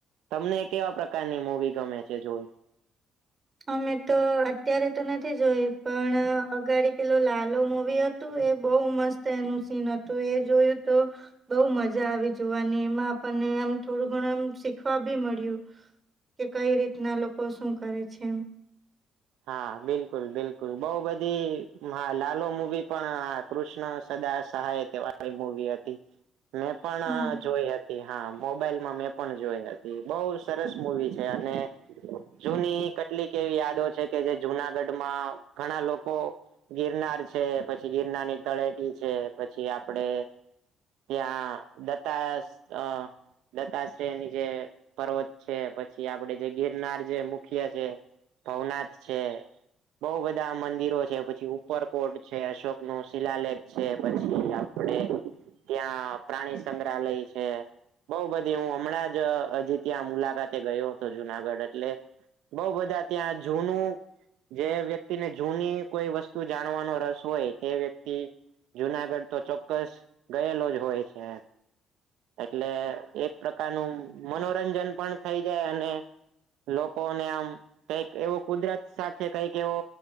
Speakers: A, on the right; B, on the right.
A: તમને કેવા પ્રકારની મુવી ગમે છે જોઈ.
B: અમે તો અત્યારે તો નથી જોઈ પણ અગાડી પેલો લાલો મુવી હતો. તું એ બહુ મસ્ત એનું સીન હતું એ જોયું તો. બઉુ મજા આવી જોવાની એમાં આપણને આમ થોડું ઘણું આમ શીખવા ભી મળ્યું. કે કઈ રીતના લોકો શું કરે છે એમ
A: હા બિલકુલ બિલકુલ બોઉ બધી મહા લાલો મુવી પણ આ કૃષ્ણ સદા સહાય તે વાળી મુવી હતી મેં પણ
B: હા
A: જોઈ હત તીહા મોબાઈલમાં મેં પણ જોઈ હતી બઉ સરસ મુવી છે અને જૂની કેટલીક એવી યાદો છે કે જે જુનાગઢ માં ઘણા લોકો. ગિરનાર છે પછી ગિરનારની તળેટી છે પછી આપડે. ત્યાં દત્તાસ્ત અ દત્તાશ્રેય ની જે પર્વત છે પછી આપડે જે. ગિરનાર જે મુખ્ય છે ભવનાથ છે. બઉ બધા મંદિરો છે પછી ઉપર કોટ છે અશોકનું શિલાલેખ છે પછી. પડે ત્યાં પ્રાણી સંગ્રહાલય છે. બઉ બધી હું હમણાં જ અજી ત્યાં મુલાકાતે ગયો હતો જુનાગઢ એટલે બઉ બધા ત્યાં જુનું. જે વ્યક્તિને જૂની કોઈ વસ્તુ જાણવાનો રસ હોય એ વ્યક્તિ. જુનાગઢ તો ચોક્કસ ગયેલો જ હોય છે. એટલે એક પ્રકારનું મનોરંજન પણ થઇ જાય અને. લોકો ને આમ કઈક એવું કુદરતી. સાથે કંઈક એવો